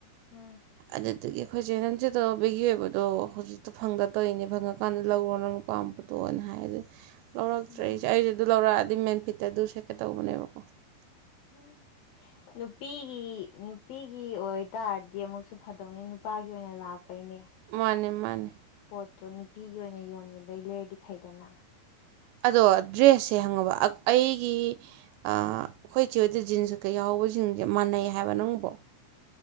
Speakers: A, on the left (about 70°); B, on the right (about 85°).
A: ꯎꯝ
B: ꯑꯗꯨꯗꯒꯤ ꯑꯩꯈꯣꯏꯁꯦ ꯅꯪ ꯆꯦ ꯇꯕꯒꯤ ꯑꯣꯏꯕꯗꯣ ꯍꯧꯖꯤꯛꯇꯣ ꯐꯪꯒ ꯇꯧꯔꯤꯅꯦ ꯐꯪꯉꯀꯥꯟꯗ ꯂꯧꯔꯣ ꯅꯪ ꯄꯝꯄ ꯇꯣꯑꯅ ꯍꯥꯏꯔꯦ ꯂꯧꯔꯛꯇ꯭ꯔꯦ
A: ꯎꯝ
B: ꯑꯩꯖꯦ ꯑꯩꯗꯤ ꯑꯗꯨ ꯂꯧꯔꯛꯑꯗꯤ ꯃꯦꯟ ꯐꯤꯠꯇ ꯑꯗꯨ ꯁꯦꯠꯀꯦ ꯇꯧꯕꯅꯦꯕꯀꯣ
A: ꯎꯝ ꯅꯨꯄꯤꯒꯤ ꯅꯨꯄꯤꯒꯤ ꯑꯣꯏꯇꯥꯔꯗꯤ ꯑꯃꯨꯛꯁꯨ ꯐꯗꯧꯅꯤ ꯄꯥꯒꯤ ꯑꯣꯏꯅ ꯂꯥꯛꯄꯩꯅꯦ
B: ꯃꯥꯅꯦ ꯃꯥꯅꯦ
A: ꯄꯣꯠꯇꯣ ꯅꯨꯄꯤꯒꯤ ꯑꯣꯏꯅ ꯌꯣꯟꯕꯗꯩ ꯂꯩꯔꯗꯤ ꯐꯩꯗꯅ
B: ꯑꯗꯣ ꯗ꯭ꯔꯦꯁꯁꯦ ꯈꯪꯉꯕ ꯑꯩꯒꯤ ꯑꯥ ꯑꯈꯣꯏ ꯆꯦ ꯍꯣꯏꯗ ꯖꯤꯟꯁ ꯀꯀꯩ ꯌꯥꯍꯧꯕꯖꯤꯡꯖꯦ ꯃꯥꯟꯅꯩ ꯍꯥꯏꯕ ꯅꯪꯕꯣ